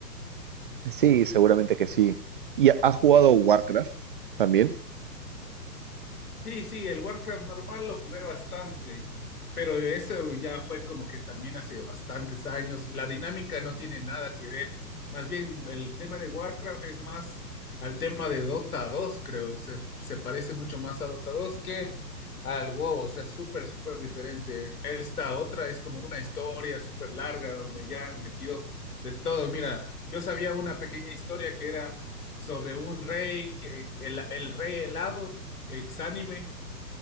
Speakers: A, on the right; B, on the left.
A: Sí, seguramente que sí. ¿Y ha ha jugado Warcraft también?
B: Sí, sí, el Warcraft normal lo jugué bastante, pero eso ya fue como que también hace bastantes años. La dinámica no tiene nada que ver. Más bien, el tema de Warcraft es más al tema de Dota dos, creo. Se, se parece mucho más a Dota dos que al WoW. O sea, es súper, súper diferente. Esta otra es como una historia súper larga donde ya han metido de todo. Mira, yo sabía una pequeña historia que era sobre un rey, que- el el rey helado Exánime